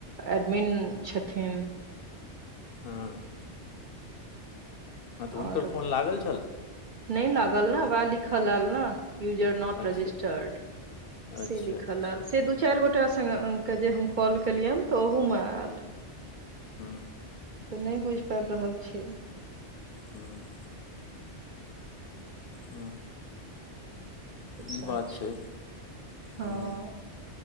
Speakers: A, on the right; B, on the left.
A: एडमिन छथिन
B: हँ हँ तऽ हुनकर
A: आओर
B: फोन लागल छल
A: नहि लागल नऽ वएह लिखल आयल नऽ यूजर नोट
B: अच्छा
A: रजिस्टूर
B: अच्छा
A: से लिखल
B: अच्छा
A: आयल से दू चार गो एकटा संग के जे हम कॉल केलियनि तऽ ओहू मे आयल
B: हू
A: तऽ नहि बुझि पाबि रहल छियै
B: हूँ हू
A: तऽ
B: ई
A: सएह
B: बात छै
A: हँ
B: हू